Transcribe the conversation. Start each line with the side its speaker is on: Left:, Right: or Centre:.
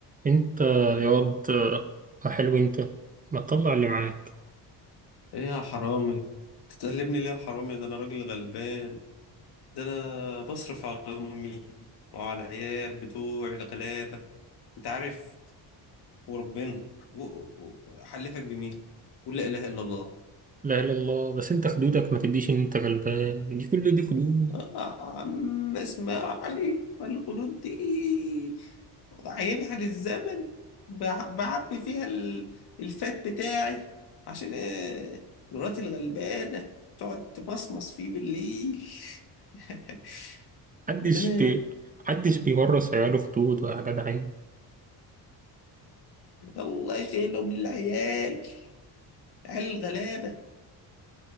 Right: انت يا واد حلو انت ما تطلع اللي معاك
Left: ايه يا حرامي تتقلبني ليه يا حرامي ده انا راجل غلبان ده انا بصرف على امي وعلى العيال بتوعي الغلابه انت عارف وربنا و- و- حلفك بمين قول لا اله الا الله
Right: لا اله الا الله بس انت خدودك ما تديش ان انت غلبان دي كل دي خدود
Left: آه، عم اسمع علي والخدود دي عينها للزمن بع- بعبي فيها ال- الفات بتاعي عشان آه، مراتي الغلبانه تقعد تمصمص فيه بالليل <laughs>
Right: محدش
Left: عندنا
Right: بي محدش بيورث عياله خدود ولا حاجة عين
Left: الله يشيلهم للعيال عيال الغلابة